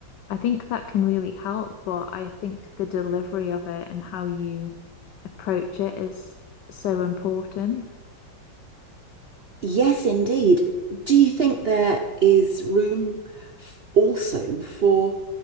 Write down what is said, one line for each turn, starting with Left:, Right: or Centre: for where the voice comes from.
Left: I think that can really help. But I think the delivery of it and how you approach it is so important.
Right: Yes, indeed. Do you think there is room f- also for